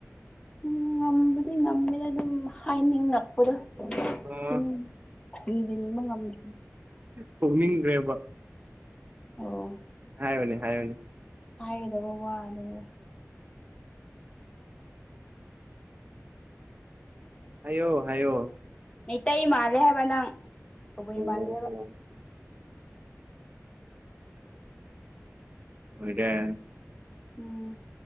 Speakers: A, on the left (about 20°); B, on the right (about 30°).
A: ꯎꯝ ꯉꯝꯕꯗꯤ ꯉꯝꯃꯦꯗ ꯑꯗꯨꯝ ꯍꯥꯏꯅꯤꯡꯉꯛꯄꯗꯣ
B: ꯑ
A: ꯆꯤꯟ ꯈꯣꯨꯝꯖꯤꯟꯕ ꯉꯝꯗ
B: ꯊꯣꯛꯅꯤꯡꯈ꯭ꯔꯦꯕ
A: ꯑꯣ
B: ꯍꯥꯏꯣꯅꯦ ꯍꯥꯏꯌꯅꯦ
A: ꯍꯥꯏꯒꯗꯧꯕꯣ ꯋꯥꯗ
B: ꯍꯥꯏꯌꯣ ꯍꯥꯏꯌꯣ
A: ꯃꯩꯇꯩ ꯃꯥꯜꯂꯦ ꯍꯥꯏꯕ ꯅꯪ ꯀꯕꯨꯏ
B: ꯍ <unintelligible>
A: ꯃꯥꯜꯂꯦꯕ
B: ꯑꯣꯏꯔꯦ
A: ꯎꯝ